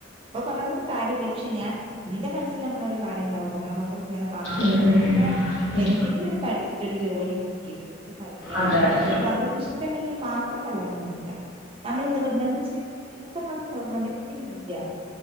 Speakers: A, on the right; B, on the left.
A: അപ്പ പറഞ്ഞട്ടൊരു കാര്യമില്ല പക്ഷെ ഞാൻ ന്റെ മനസ്സിൽ നമ്മളൊരു കാര്യണ്ടാവല്ലോ നമ്മളെ മക്കൾ ഇങ്ങനെ പറഞ്ഞു കൊടുക്ക
B: ഉം, ഉം.
A: ശരിക്കുപറഞ്ഞാൽ
B: ഉം.
A: എന്തെങ്കിലും ഒരു പഠിച്ചിട്ട് ഒരു ജോലി കിട്ടിട്ട് യാണം
B: അതാണ്
A: എന്നുള്ളത് അതായത് അവർക്ക് ഇഷ്ടുണ്ടെങ്കിൽ മാത്രം കല്യാണം കഴിക്കാം നമ്മൾ നിർബന്ധിച്ച് ഇന്നത്തെ കാലത്ത് നിർബന്ധിപ്പിക്കില്ല.